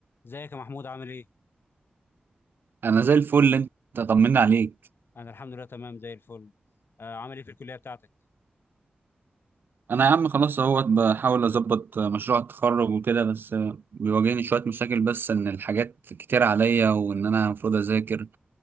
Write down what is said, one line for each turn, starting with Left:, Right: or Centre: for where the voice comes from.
Left: ازيك يا محمود عامل ايه؟
Right: انا زي الفل انت طمنا عليك
Left: انا الحمد لله تمام زي الفل آه عامل ايه في الكليه بتاعتك؟
Right: انا يا عم خلاص اهوت بحاول اظبط مشروع التخرج وكده بس بيواجهني شويه مشاكل بس ان الحاجات كتير عليا وان انا المفروض اذاكر